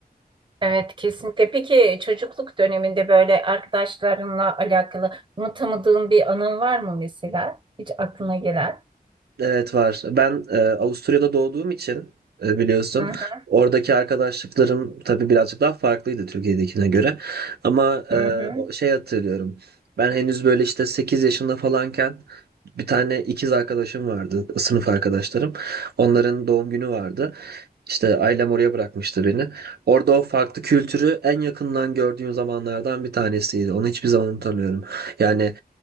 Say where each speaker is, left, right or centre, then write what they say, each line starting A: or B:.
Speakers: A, on the right (about 30°); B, on the right (about 80°).
A: Evet kesinlikle. Peki çocukluk döneminde böyle arkadaşlarınla alakalı unutamadığın bir anın var mı mesela? Hiç aklına gelen?
B: Evet var. Ben e, Avusturya'da doğduğum için e, biliyorsun
A: Hı hı
B: oradaki arkadaşlıklarım tabii birazcık daha farklıydı Türkiye'dekine göre. Ama e,
A: hı hı.
B: o- şey hatırlıyorum. Ben henüz böyle işte 8 yaşında falanken bir tane ikiz arkadaşım vardı, sınıf arkadaşlarım. Onların doğum günü vardı. İşte ailem oraya bırakmıştı beni. Orada o farklı kültürü en yakından gördüğüm zamanlardan bir tanesiydi. Onu hiçbir zaman unutamıyorum. Yani